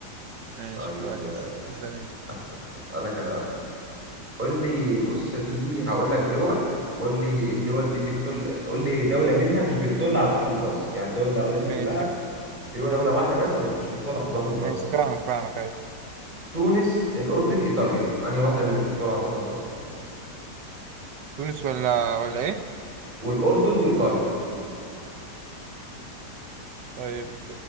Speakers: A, on the right; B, on the right.
A: ماشي
B: طيب
A: كويس
B: آه،
A: اسأل انت
B: أس- أسألك أنا بقى قول لي بص في هقول لك دول قول لي الدول دي بتطل قول لي دولة منها مش بتطل على البحر المتوسط يعني الدول اللي هقولها دي
A: ماشي
B: كلها في دولة واحدة بس مش بتطل على البحر المتوسط
A: ماشي فاهمك فاهمك ايه
B: تونس الأردن إيطاليا أنهي واحدة اللي مش بتطل على البحر المتوسط
A: تونس ولا ولا ايه
B: والأردن وإيطاليا
A: طيب